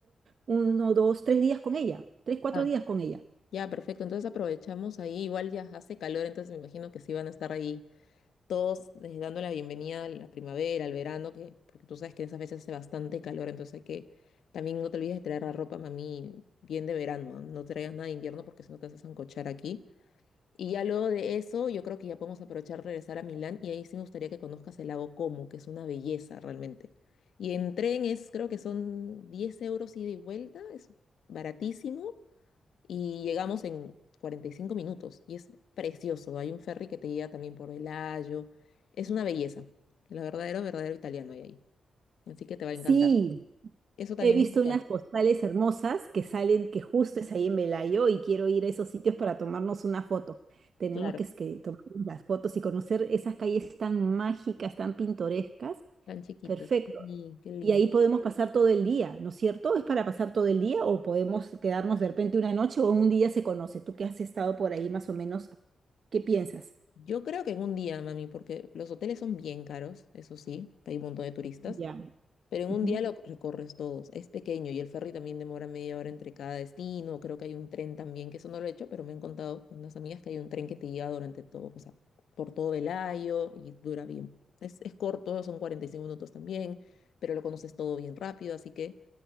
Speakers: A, on the right (about 50°); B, on the left (about 80°).
A: uno, dos, tres días con ella, tres, cuatro
B: ah,
A: días con ella.
B: ya, perfecto. Entonces aprovechamos ahí. Igual ya hace calor, entonces me imagino que sí van a estar ahí todos eh, dando la bienvenida a la primavera, al verano, que, porque tú sabes que en esas veces hace bastante calor, entonces hay que también no te olvides de traer la ropa, mami, bien de verano. No No traigas nada de invierno porque si no te vas a sancochar aquí. Y ya luego de eso, yo creo que ya podemos aprovechar regresar a Milán y ahí sí me gustaría que conozcas el lago Como, que es una belleza realmente. Y en tren es, creo que son 10 euros ida y vuelta, es baratísimo y llegamos en 45 minutos y es precioso. Hay un ferry que te guía también por el Ayo. Es una belleza. La verdadero, verdadero italiano hay ahí. Así que te va
A: Sí,
B: a encantar. Eso también
A: He visto
B: me encanta.
A: unas postales hermosas que salen, que justo es ahí en Velayo y quiero ir a esos sitios para tomarnos una foto. Tenemos
B: Claro,
A: que, es que tomarnos las fotos y conocer esas calles tan mágicas, tan pintorescas.
B: tan chiquitos.
A: Perfecto.
B: Sí, qué lindo.
A: Y ahí podemos pasar todo el día, ¿no es cierto? ¿Es para pasar todo el día o podemos quedarnos de repente una noche o un día se conoce? Tú que has estado por ahí más o menos, ¿qué piensas?
B: Yo creo que en un día, mami, porque los hoteles son bien caros, eso sí, hay un montón de turistas,
A: Ya.
B: pero en
A: ujú.
B: un día lo recorres todos. Es pequeño y el ferry también demora media hora entre cada destino. Creo que hay un tren también, que eso no lo he hecho, pero me han contado unas amigas que hay un tren que te lleva durante todo, o sea, por todo Velayo y dura bien. Es, es corto, son 45 minutos también, pero lo conoces todo bien rápido, así que